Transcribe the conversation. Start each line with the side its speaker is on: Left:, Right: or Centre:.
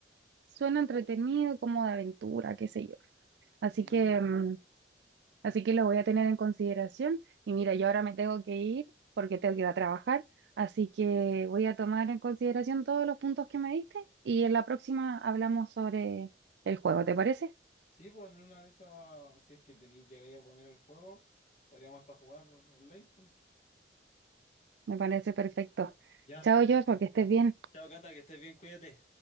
Right: suena entretenido, como de aventura, qué sé yo. Así
Left: Sí,
Right: que mm, Así que lo voy a tener en consideración. Y mira, yo ahora me tengo que ir porque tengo que ir a trabajar. Así que voy a tomar en consideración todos los puntos que me diste y en la próxima hablamos sobre el juego, ¿te parece?
Left: sí, pues en una de esas, si es que tenéis, llegáis a poner el juego, podríamos hasta jugar online, pues.
Right: Me parece perfecto.
Left: Ya,
Right: Chao, Joshua, que estés bien.
Left: Chao, Cata, que estés bien, cuídate.